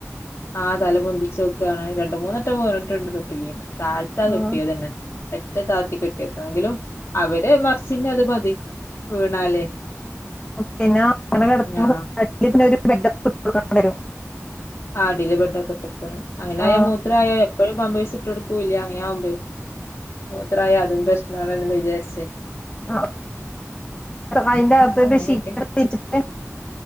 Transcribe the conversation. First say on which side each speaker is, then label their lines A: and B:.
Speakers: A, on the left; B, on the left.
A: ആ തല പൊന്തിച്ചു നോക്കാണ് രണ്ട മൂന്നെട്ടം വീണിട്ടിട്ട് തൊട്ടിലിന്ന് താഴത്താ
B: ആ.
A: കെട്ടിയത് തന്നെ ഏറ്റും താഴത്തി കെട്ടിയക്കെ എങ്കിലും അവര് <unintelligible> അത് മതി വീണാലേ
B: പിന്നെ അങ്ങനെ കെടത്തുമ്പോ
A: ആ
B: <inaudible> <unintelligible>
A: ആ അടിൽ ബെഡൊക്കെ ഇടട്ടെടുക്കണം അങ്ങന
B: ആ
A: ആയ മൂത്ര ആയാ എപ്പോഴും പമ്പേഴ്സ് ഇട്ട്ടു കൊടുക്കൂല്ല അങ്ങനെയാവുലേ മൂത്രം ആയാലും പ്രശ് ണന്ന് വിചാരിച്ചേ
B: ആ അതിന്റാകത്ത്
A: അപ്പൊ
B: ബെഡ്
A: അങ്ങനെയൊക്കെ
B: ഷീറ്റൊക്കെ വിരിച്ചിട്ട്